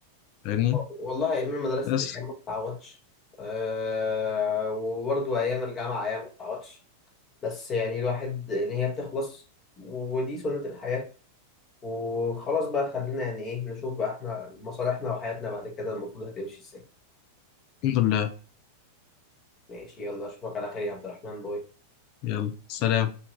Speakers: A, on the left; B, on the left.
A: فاهمني
B: والله ايام المدرسه
A: بس
B: دي ايام ما تتعوضش أه وبرضه ايام الجامعه ايام ما تتعوضش بس يعني الواحد ان هي بتخلص ودي سنه الحياه وخلاص بقى خلينا يعني ايه نشوف بقى احنا مصالحنا وحياتنا بعد كده المفروض هتمشي ازاي
A: الحمد لله
B: ماشي يلا اشوفك على خير يا عبد الرحمن باي
A: يلا سلام